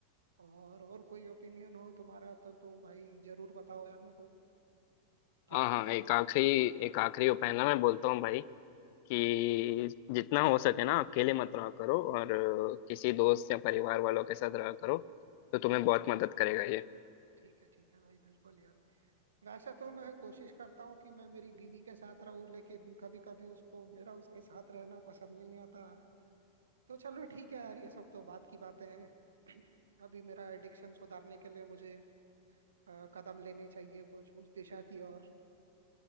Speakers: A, on the right; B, on the left.
A: और और कोई ओपिनियन हो तुम्हारा तो तो भाई जरूर बताओ यार मेरे को क्या
B: हाँ
A: लगता
B: हाँ एक
A: है भाई
B: आखिरी एक आखिरी उपाय ना मैं बोलता हूँ भाई कि जितना हो सके ना अकेले मत रहा करो और अ, किसी दोस्त या परिवार वालों के साथ रहा करो तो तुम्हें
A: बिल्कुल
B: बहुत मदद करेगा ये
A: ठीक है ठीक है भाई बिल्कुल यार वैसे तो मैं कोशिश करता हूँ कि मैं मेरी बीवी के साथ रहूं लेकिन कभी कभी उसको मेरा उसके साथ रहना पसंद नहीं आता तो चलो ठीक है यार ये सब तो बात की बातें हैं <clears throat> अभी मेरा एडिक्शन सुधारने के लिए मुझे अ, कदम लेने चाहिए कुछ उस दिशा की ओर